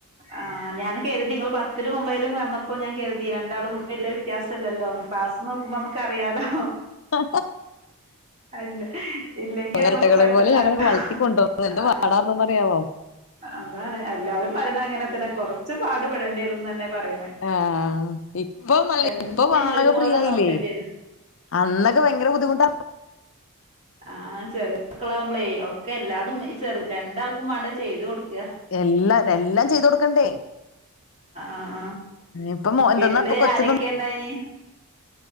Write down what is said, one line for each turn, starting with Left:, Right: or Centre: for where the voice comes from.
Right: ആഹ് ഞാന് കരുതി ഇങ്ങള് പത്തിലും ഒമ്പയിലും പറഞ്ഞപ്പോ ഞാൻ കരുതി രണ്ടാളും വല്യ വ്യത്യാസ ഇല്ലല്ലോന്ന് ക്ലാസ് നോക്കുമ്പോ നമുക്ക് അറിയാലോ
Left: ആ
Right: അല്ല ഇല്ലെങ്കി അമ്മക്ക്
Left: ഇരട്ടകളെ
Right: പെട്ടെന്ന്ല്ലോ
Left: പോലെ ഞങ്ങളെ വളർത്തിക്കൊണ്ടുപോകാൻ
Right: ആ
Left: പാടാർന്നറിയാവോ
Right: അതാണ് എല്ലാരും പറയണ അങ്ങനെ തന്നെ കൊറച്ച്ു പാടു പെടേണ്ടിരുംന്ന് തന്നെ പറയണേ
Left: ആഹ ഇപ്പൊല്ല
Right: രണ്ടാളേം
Left: ഇപ്പൊ പാക
Right: ഒരുപോലെ
Left: ഫ്രീ ആയില്ലേ
Right: നോക്കേണ്ടി വരും
Left: അന്നൊക്കെ ഭയങ്കര ബുദ്ധിമുട്ട
Right: ആഹ ചെറിയ മക്കളാാവുമ്പളേ ഒക്കെ എല്ലാതും ഈ ചെറ രണ്ടാൾക്കും വേണ്ട ചെയ്തു കൊടുക്കുക
Left: എല്ലാം എല്ലാം ചെയ്ത കൊൊടുക്കണ്ടേ
Right: ആഹ് ആഹ്
Left: ഇപ്പ എന്തെന്നാ
Right: വീട്ടില്
Left: ഇപ്പൊ കൊച്ചന്ന്
Right: ആരൊക്കെ ഇണ്ടായിനി